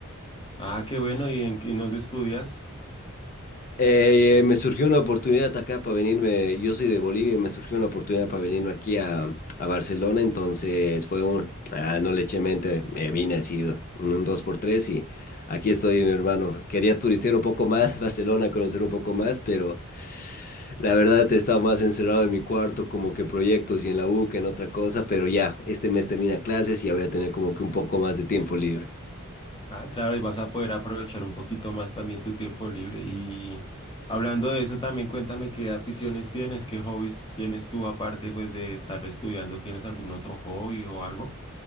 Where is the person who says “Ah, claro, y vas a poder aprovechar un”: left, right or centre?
Left